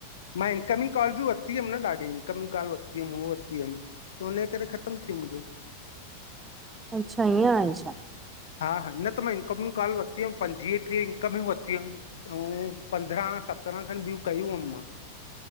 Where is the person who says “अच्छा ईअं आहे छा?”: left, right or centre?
Right